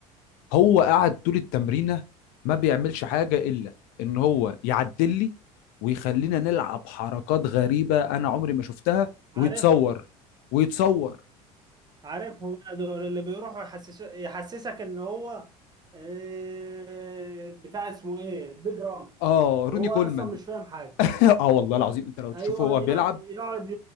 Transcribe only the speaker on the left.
هو قعد طول التمرينة ما بيعملش حاجة إلا إن هو يعدل لي ويخلينا نلعب حركات غريبة أنا عمري ما شفتها ويتصور
ويتصور
آه
روني كولمان
<laughs> آه والله العظيم أنت لو تشوفه
هو
بيلعب